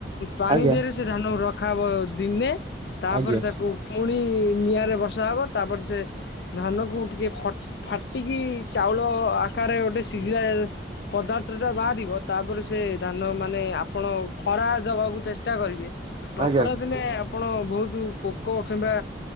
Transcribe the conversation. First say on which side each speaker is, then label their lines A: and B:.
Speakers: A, on the left; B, on the right.
A: ପାଣି
B: ଆଜ୍ଞା
A: ଦିହ ରେ ସେ ଧାନ ରଖା ଦିନେ ତାପରେ
B: ଆଜ୍ଞା
A: ତାକୁ ଫୁଣି ନିଆଁ ରେ ବର୍ଷା ହେବ ତା ପରେ ସେ ଧାନକୁ ଟିକେ ଫାଟିକି ଚାଉଳ ଆକାରରେ ଗୋଟେ ସିଝିଲା ପଦାର୍ଥ ଟା ବାହାରିବ ତାପରେ ସେ ଧାନ ମାନେ ଆପଣ ଖରା ଦବାକୁ ଚେଷ୍ଟା କରିବେ ନଖରା
B: ଆଜ୍ଞା
A: ଦେଲେ ଆପଣ ବହୁତ ପୋକ କିମ୍ବା